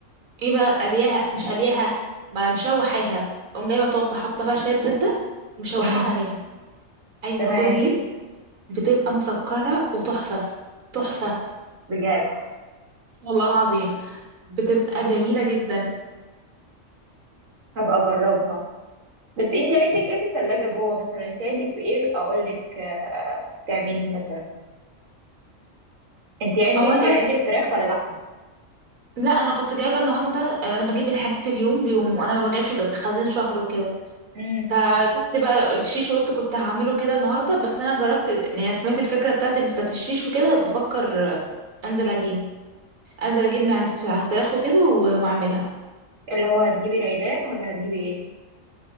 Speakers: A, on the right (about 85°); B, on the right (about 70°).
A: ايه بقى قلياها مش قلياها ما مشوحاها اقوم جايبة طاسة حاطة فيها شوية زبدة ومشوحاها
B: مم.
A: عليها عايزة
B: تمام
A: اقول لك بتبقى مسكرة وتحفة تحفة
B: بجد
A: والله العظيم بتبقى جميلة جدا
B: هبقى اجربها بس انت عندك ايه في التلاجة جوه مثلا انت عندك ايه اقول لك آه، تعمليه مثلا انت عندك
A: او انا
B: عندك
A: كنت-
B: فراخ ولا لحمة
A: لا انا كنت جايبه النهارده آه، انا بجيب الحاجات اليوم بيوم وانا ما بجيبش طب- خزين شهر وكده
B: مم.
A: فجبت بقى الشيش وقلت كنت هعمله كده النهارده بس انا جربت يعني سمعت الفكره بتاعتك بتاعت الشيش وكده بفكر آه، انزل اجيب انزل اجيب من عند الفلا- الفراخ وكده و- واعملها
B: اللي هو هتجيبي العيدان ولا هتجيبي ايه